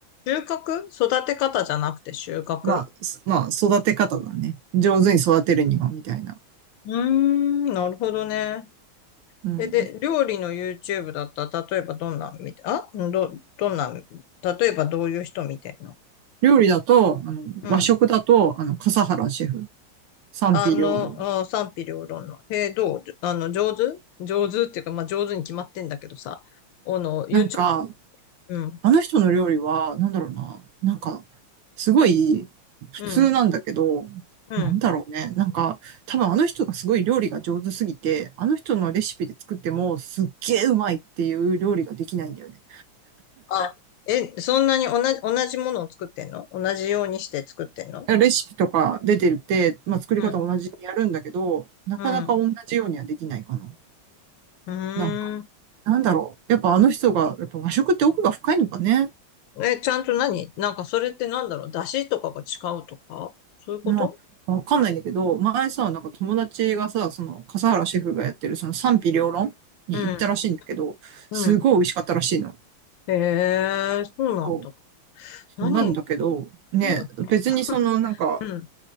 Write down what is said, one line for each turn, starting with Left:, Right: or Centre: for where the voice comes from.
Left: 収穫育て方じゃなくて収穫
Right: まあ、すまあ、育て方だね。上手に育てるには、みたいな。
Left: うーん、なるほどね。
Right: うん。
Left: え、で、料理の YouTube だったら、例えばどんなん見て、あんど、どんなん、例えばどういう人見てんの
Right: 料理だと、あの、
Left: うん。
Right: 和食だと、あの、笠原シェフ。賛否両論。
Left: あの、あ、賛否両論の。え、どうあの、上手上手っていうか、まあ、上手に決まってんだけどさ、あの、YouTube、
Right: なんか、
Left: うん、
Right: あの人の料理は、なんだろうな、なんか、すごい普通なんだけど、
Left: うん、うん。
Right: なんだろうね、なんか、多分あの人がすごい料理が上手すぎて、あの人のレシピで作ってもすっげえうまいっていう料理ができないんだよね。
Left: あ、え、そんなに同じ、同じものを作ってんの同じようにして作ってんの
Right: レシピとか出てるって、まあ、作り方同じにやるんだけど、
Left: うん、
Right: なかなか同じようにはできないかな。
Left: うん、うー
Right: なんか、なんだろう。やっぱあの人が、やっぱ和食って奥が深いのかね。
Left: ん。え、ちゃんと何なんかそれってなんだろう出汁とかが違うとかそういうこと
Right: まあ、わかんないんだけど、前さ、なんか友達がさ、その、笠原シェフがやってる、その賛否両論に行ったらしいんだけど、
Left: うん、
Right: すごい美味しかったらしいの。
Left: うん。へえそうなんだ。
Right: そう、
Left: 何、
Right: そうなんだけど、ね、
Left: 何が違うんだ。
Right: 別にその、なんか、
Left: うん。